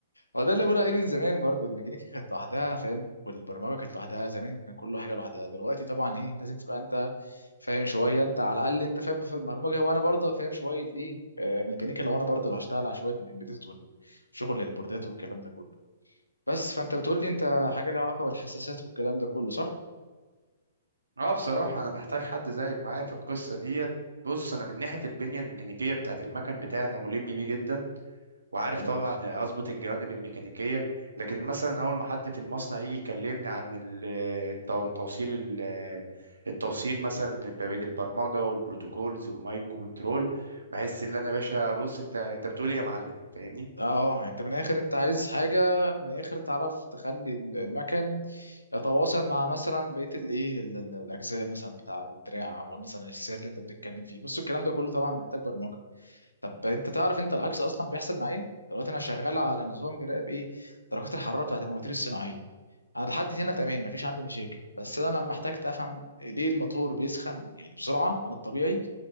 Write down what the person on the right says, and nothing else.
اه بصراحة أنا محتاج حد زيك معايا في القصة ديت بص أنا من ناحية البنية الميكانيكية بتاعة المكن بتاعي أنا ملم بيه جدا وعارف
طبعا
اظبط الجوانب الميكانيكيه لكن مثلا اول ما حد في المصنع يجي يكلمني عن ال- التو- توصيل ال- التوصيل مثلا ما بين البرمجه والبروتوكولز والمايكرو كنترول بحس ان انا يا باشا بص انت انت بتقول ايه يا معلم فاهمني